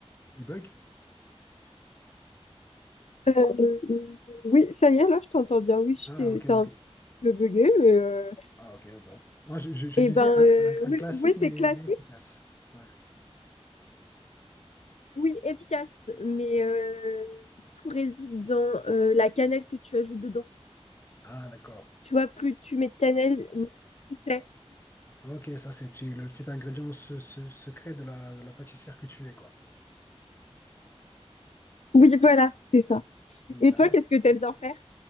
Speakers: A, on the left (about 20°); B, on the left (about 75°).
A: il bug.
B: Euh, euh, oui, ça y est, là je t'entends bien. Oui, je
A: Ah,
B: t'ai-
A: ok,
B: c'est un
A: ok.
B: petit peu bugué, mais euh,
A: Ah, ok, bon. Non, je, je- je
B: eh
A: disais
B: ben,
A: un,
B: euh,
A: un- un
B: oui,
A: classique,
B: oui,
A: mais,
B: c'est classique.
A: mais efficace. Ouais,
B: Oui, efficace, mais
A: c'est ça.
B: euh, tout réside dans euh, la cannelle que tu ajoutes dedans.
A: Ah, d'accord.
B: Tu vois, plus tu mets de cannelle, mieux c'est.
A: Ok, ça c'est petit- le petit ingrédient se- se- secret de la, de la pâtissière que tu es, quoi.
B: Oui, voilà, c'est ça.
A: D'accord.
B: Et toi, qu'est-ce que t'aimes bien faire?